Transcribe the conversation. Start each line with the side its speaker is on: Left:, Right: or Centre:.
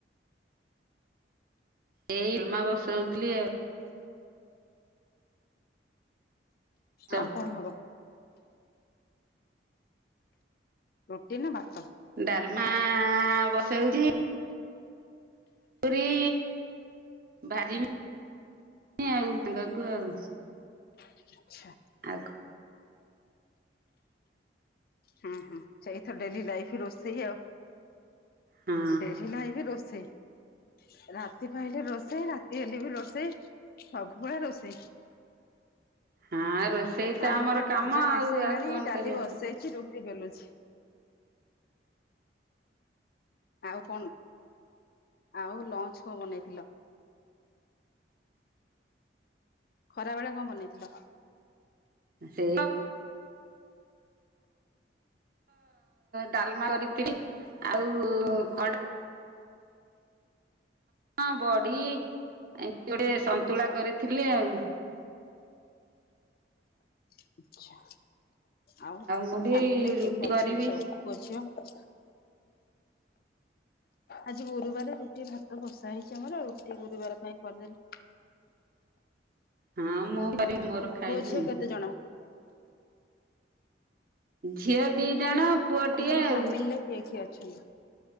Right: ଏଇମା ବସଉଥିଲି ଆଉ ଚ
Left: ଆଉ କଣ ହବ ରୁଟି ନା ଭାତ
Right: ଡାଲମା ବସଉଛି ପୁରୀ ଭାଜି ଆଉ ସାଙ୍ଗକୁ ଆଉ
Left: ଆଛା
Right: ଆଉ
Left: ହୁଁ ହୁଁ ଇଥ ଡେଲି ଲାଇଫ ରୋଷେଇ ଆଉ
Right: ହଁ
Left: ଡେଲି ଲାଇବି ରୋଷେଇ ରାତି ପାଇଲେ ରୋଷେଇ ରାତି ହେଲେ ବି ରୋଷେଇ ସବୁବେଳେ ରୋଷେଇ
Right: ହଁ ରୋଷେଇ ତ
Left: ଆ ମୋର
Right: ଆମର
Left: ଏଡେ
Right: କାମ
Left: ଭଜା
Right: ଆଉ
Left: ହେସ ହେଲାଣି
Right: ଆଉ କଣ
Left: ଡାଲି
Right: କରିବା
Left: ବସେଇଛି ରୁଟି ବେଲୁଛି ଆଉ କଣ ଆଉ ଲଞ୍ଚ କଣ ବନେଇଥିଲ ଖରା ବେଳେ କଣ ବନେଇଥିଲ
Right: ସେ ଡାଲମା କରିଥିଲରି ଆଉ କ ହଁ ବଡି ଏମିତି ଗୋଟେ ସନ୍ତୁଳା କରିଥିଲି ଆଉ
Left: ଆଛା ଆଉ
Right: ମୁଁ ବି
Left: ଫ୍ୟାମିଲିରେ
Right: ରୁଟି
Left: କିଏ କିଏ ଅଛନ୍ତି
Right: କରିବି
Left: ସବୁ କଝିବ ଆଜି ଗୁରୁବାର ରୁଟି ଭାତ ବଷା ହେଇଛି ଆମର ରୁଟି ଗୁରୁବାର ପାଇଁ କରିଦେଲି
Right: ହଁ ମୁଁ କରିବି ମୋର ଖାଇବି
Left: ପୁଅ ଝିଅ କେତେ ଜଣ?
Right: ଝିଅ ଦି ଜଣ ପୁଅଟିଏ
Left: ମୁଁ କହିଲଲି
Right: ଆଉ
Left: ଫ୍ୟାମିଲିରେ କିଏ କିଏ ଅଛନ୍ତି